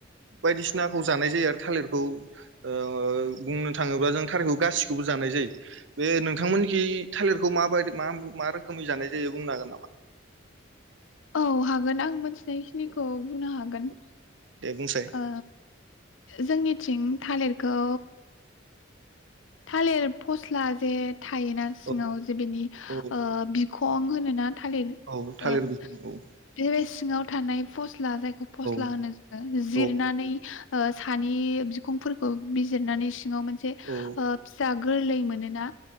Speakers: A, on the right; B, on the left.
A: बायदिसिनाखौ जानाय जायो आरो थालिरखौ ओ बुंनो थाङोब्ला जों थालिरखौ गासिखौबो जानाय जायो बे नोंथांमोनखि थालिरखौ माबाय मा मा रोखोमै जानाय जायो बुंनो हागोन नामा?
B: औ हागोन आं मोनथि थिनाय खिनिखौ
A: औ
B: बुंनो हागोन।
A: औ दे बुंसाय
B: ओ जोंनिथिं थालिरखौ थालिर फस्ला जे थायोना सिङाव
A: औ
B: बेनि
A: औ
B: ओ बि खं होनोना थालिर
A: औ
B: <unintelligible>
A: थालिर बिफां औ
B: बेबायस सिङाव थानाय फस्ला जायखौ बेखौ फस्ला
A: औ
B: होनो जोङो जिरनानै
A: औ
B: ओ सानि बिखुंफोरखौ बिजिरनानै सिङाव मोनसे
A: औ
B: फिसा गोरलै मोनोना